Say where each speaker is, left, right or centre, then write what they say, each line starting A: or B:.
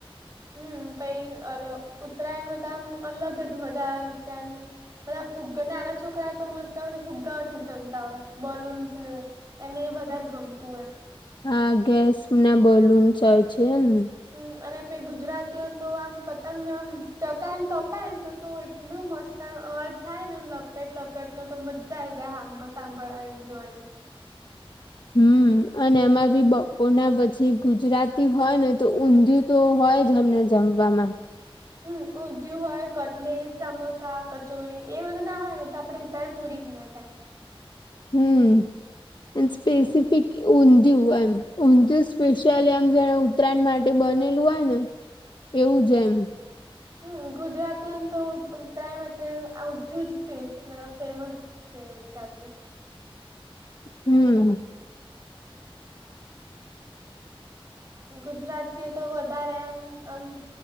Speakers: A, on the right; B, on the left.
A: હમ પ અલ ઉત્તરાયણ ન તો આમ અલગ જ મજા ત્યાંની બધા ફુગ્ગા ને નાના છોકરા તો મોસ્ટ ફુગ્ગાઓથી જ રમતા હોય બલૂન્સ ને એમને એ વધારે ગમતું હોય.
B: હા ગેસ ને બલૂનસ હોય છેને.
A: હમ અને પ ગુજરાતીઓ તો આમ પતંગ આમ ચગ કપાય ને તો એટલું મસ્ત અવાજ થાય ને લપેટ લપેટ ન તો મજા આ આવી જાય સાંભળ સાંભળ આવીને જોવાની.
B: હમ્મ. અને એમાં બી બપોર ના પછી ગુજરાતી હોય ને તો ઊંધિયું તો હોય જ હમણાં. <unintelligible>
A: હમ ઉઊંધયું હોય કટલે સમોસા કચોરી એ બધું ના હોય ને તો આપે તરણ પૂરીતના થાય.
B: હમ્મ એ સ્પેસિફિક.
A: હમ
B: ઊંધિયું એમ ઊંધિયું સ્પેશિયલ એમ જેને ઉત્તરાયણ માટે બનેલું હોય ને એવું જ એમ
A: હમ ગુજરાતી તો ઉત્તરાયણ માટે આ ઉધુજ મબ ફેમસ. <unintelligible>
B: હમ્મ.
A: ગુજરાતી એ તો વધારે એમ આમ